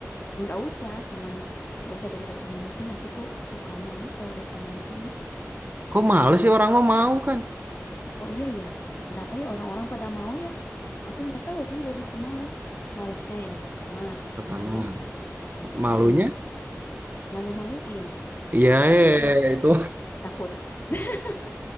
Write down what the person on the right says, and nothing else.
Kok males sih orang mau mau kan?
Pertama.
Malunya?
Iya,
iya, iya, iya,
iya, itu